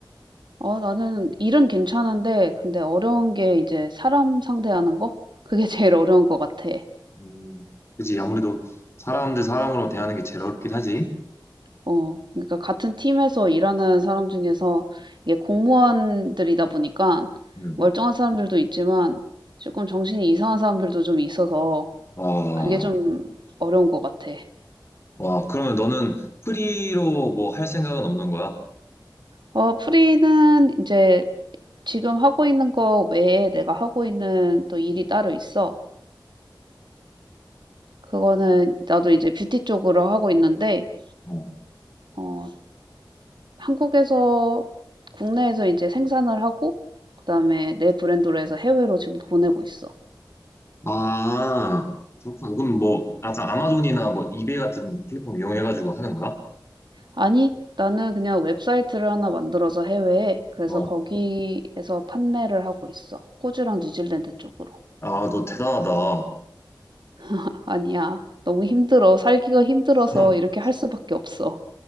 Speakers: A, on the right (about 70°); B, on the left (about 30°).
A: 어 나는 일은 괜찮은데 근데 어려운 게 이제 사람 상대하는 거? 그게 <laughs> 제일 어려운 것 같아.
B: 음. 그지 아무래도 사람 들 사람으로 대하는 게 제일 어렵긴 하지.
A: 어. 그러니까 같은 팀에서 일하는 사람 중에서 이게 공무원들이다 보니까
B: 음.
A: 멀쩡한 사람들도 있지만 조금 정신이 이상한 사람들도 좀 있어서
B: 와,
A: 그게 좀 어려운 것 같아.
B: 와, 그러면 너는 프리로 뭐 할 생각은 없는 거야?
A: 어 프리는 이제 지금 하고 있는 거 외에 내가 하고 있는 또 일이 따로 있어. 그거는 나도 이제 뷰티 쪽으로 하고 있는데
B: 음.
A: 어 한국에서 국내에서 이제 생산을 하고 그다음에 내 브랜드로 해서 해외로 지금 보내고 있어.
B: 아, 그렇구나. 그럼 뭐, 아까 아마존이나 뭐, 이베이 같은 플랫폼 이용해가지고 하는 거야?
A: 아니, 나는 그냥 웹사이트를 하나 만들어서 해외에 그래서
B: 어.
A: 거기에서 판매를 하고 있어. 호주랑 뉴질랜드 쪽으로.
B: 아, 너 대단하다.
A: <laughs> 아니야. 너무 힘들어. 살기가 힘들어서
B: <laughs>
A: 이렇게 할 수밖에 없어.